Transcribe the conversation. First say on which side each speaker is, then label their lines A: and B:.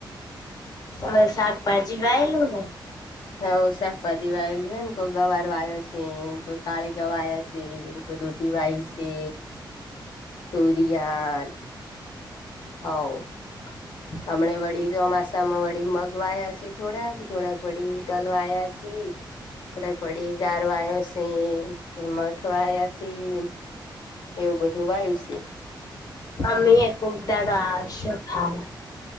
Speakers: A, on the left (about 50°); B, on the left (about 75°).
A: તમે શાકભાજી વાયલું હે.
B: હ શાકભાજી વાયલું હો ને કોઈ ગવાર વાયો છે કોઈ કાળી ગવાર વાયો છે. કોઈ દૂધી વાઈસે, તુરીયાન હ ઓ
A: <inaudible>
B: હમણા વળી ચોમાસામાં વળી મગ વાયાસી, થોડાક થોડાક વળી હઈ તલ વાયાસી પ કડીગારવાયોસી મટ વાયાસી એવું બધું વાયુ છે.
A: અમેય કોક દારો આવશું ખાવા